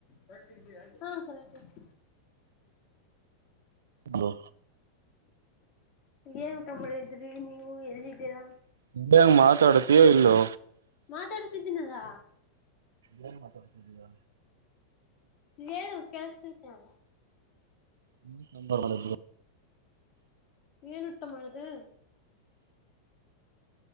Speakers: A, on the left; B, on the right.
A: ಕರೆಕ್ಟ್ ಇದಿಯಾ ಹ ಕರೆಕ್ಟ್ ಇದೆ.
B: ಹಲೋ.
A: ಏನ್ ಊಟ ಮಾಡಿದ್ರಿ ನೀವು ಎಲ್ಲಿದ್ದೀರಾ.
B: <unintelligible> ಹೆಂಗ ಮಾತಾಡ್ತೀಯೋ ಇಲ್ಲೋ.
A: ಮಾತಾಡ್ತಿದ್ದೀನಲ್ಲ.
B: ಏನ್ ಮಾತಾಡ್ತಿದ್ದಿಯ.
A: ಹೇಳು ಕೆಳುಸ್ತೈತೆ.
B: <unintelligible> ಮಾಡೋದು ಬಿಡು.
A: ಏನುಟಮಾಡ್ದೆ.